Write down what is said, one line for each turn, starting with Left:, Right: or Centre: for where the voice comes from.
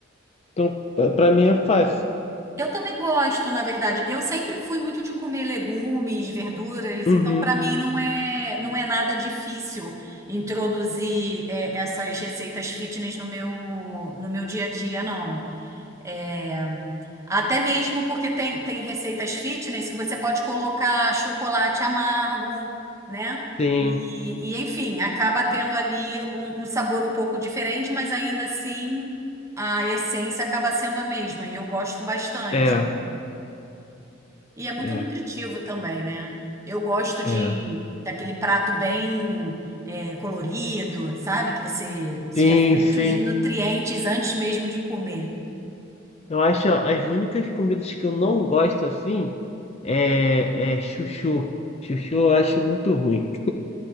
Left: Então, pa- pra mim é fácil.
Right: eu também gosto, na verdade. Eu sempre fui muito de comer legumes, verduras,
Left: Uhum,
Right: então para mim não é, não é nada difícil introduzir é, essas receitas fitness no meu, no meu dia a dia, não. É, Até mesmo porque tem, tem receitas fitness que você pode colocar chocolate amargo, né?
Left: sim,
Right: E, e, enfim, acaba tendo ali um, um sabor um pouco diferente, mas ainda assim a essência acaba sendo a mesma. E eu gosto bastante.
Left: é,
Right: E é muito
Left: é,
Right: nutritivo também, né? Eu gosto de
Left: é.
Right: daquele prato bem é, colorido, sabe? Que você, você
Left: Sim,
Right: já sente
Left: sim.
Right: os nutrientes antes mesmo de comer.
Left: Eu acho ó, as únicas comidas que eu não gosto assim é, é chuchu. Chuchu eu acho muito ruim.